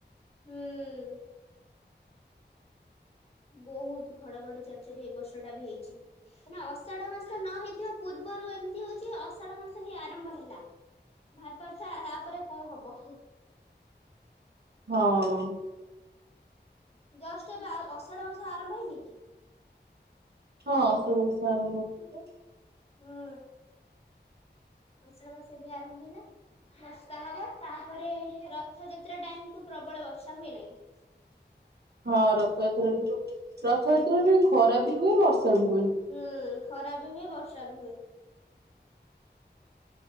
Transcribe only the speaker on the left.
ହୁଁ। ବୋହୁତ୍ ଘଡଘଡି ଚଡ ଚଡି ଏ ବର୍ଷ ଟା ବି ହେଇଚି। ତାନେ ଅଷାଢ ମାସ ନ ହେଇଥିବା ପୂର୍ବରୁ ଏମିତି ହଉଛି ଅଷାଢ ମାସ ହେଇ ଆରମ୍ଭ ହେଲା। ଭାବି ପରୁଥା ଆପରେ କଣ ହବ।
ଜଷ୍ଟ୍ ଏବେ ଅଷାଢ଼ ମାସ ଆରମ୍ଭ ହେଇନି କି?
ହୁଁ ଅଶାଢ ମାସ ଏବେ ଆରମ୍ଭ ହେଲା। ବର୍ଷା ହବ ତାପରେ ରଥଯାତ୍ରା ଟାଇମ୍ କୁ ପ୍ରବଳ ବର୍ଷା ହୁଏ ନା କି।
ହୁଁ ଖରା ବି ହୁଏ ବର୍ଷା ବି ହୁଏ।